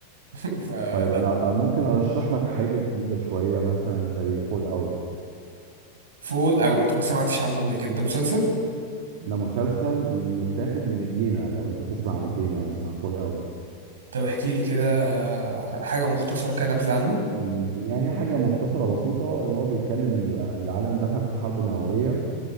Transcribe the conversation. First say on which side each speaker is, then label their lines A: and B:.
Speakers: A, on the right; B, on the right.
A: <laughs> فلا
B: طيب انا ممكن ارشح لك حاجه جديده شويه مثلا زي فول اوت
A: فول اوت ما سمعتش عنه قبل كده ده مسلسل
B: ده مسلسل متاخد من الجيمة لو انت تسمع عن الجيمة اسمها فول اوت
A: طب احكي لي كده آه، حاجه مختصره كده نبذه عنه
B: م، يعني حاجه مختصره بسيطه اللي هو بيتكلم ان الع- العالم دخل في حرب نوويه